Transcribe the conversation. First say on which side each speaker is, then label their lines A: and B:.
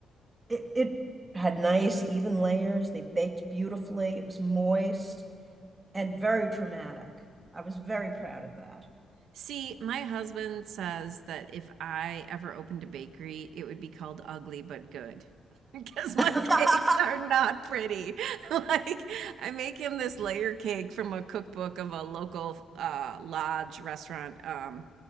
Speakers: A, on the right; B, on the right.
A: it it had nice even layers. They baked beautifully. It was moist. and very dramatic. I was very proud of that.
B: See, my husband says that if I ever opened a bakery, it would be called Ugly But Good <laughs> because my
A: <laughs>
B: cakes are not pretty. <laughs> Like, I make him this layer cake from a cookbook of a local uh, lodge restaurant um,